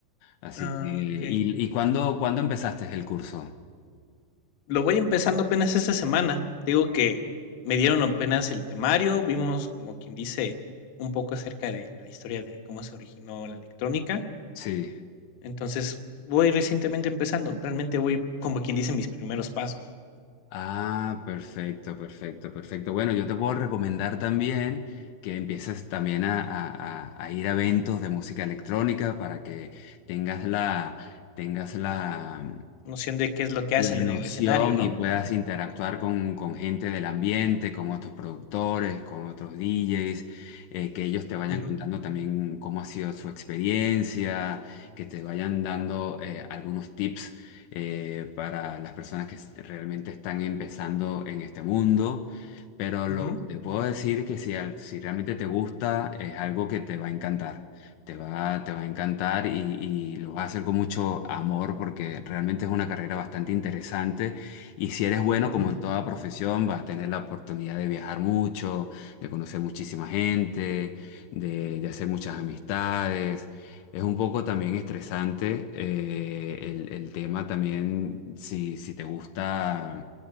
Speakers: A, on the left (about 80°); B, on the left (about 60°).
A: Así
B: Ah,
A: que, ¿y,
B: ok.
A: y cuándo, cuándo empezaste el curso?
B: Lo voy empezando apenas esta semana. Te digo que me dieron apenas el temario, vimos como quien dice un poco acerca de la historia de cómo se originó la electrónica
A: Sí.
B: Entonces, voy recientemente empezando, realmente voy como quien dice mis primeros pasos,
A: Ah, perfecto, perfecto, perfecto. Bueno, yo te puedo recomendar también que empieces también a, a- a- a ir a eventos de música electrónica para que tengas la, tengas la,
B: noción de qué es lo que hacen
A: la noción
B: en el escenario, ¿no?
A: y puedas interactuar con, con gente del ambiente, con otros productores, con otros DJs, eh, que ellos te vayan
B: Ujú,
A: contando también cómo ha sido su experiencia, que te vayan dando eh, algunos tips eh, para las personas que s- realmente están empezando en este mundo. Pero lo,
B: ujú,
A: te puedo decir que si, al- si realmente te gusta, es algo que te va a encantar. Te va, te va a encantar y, y lo vas a hacer con mucho amor porque realmente es una carrera bastante interesante y si eres bueno,
B: ujú.
A: como en toda profesión, vas a tener la oportunidad de viajar mucho, de conocer muchísima gente, de, de hacer muchas amistades. Es un poco también estresante eh, el, el tema también, si, si te gusta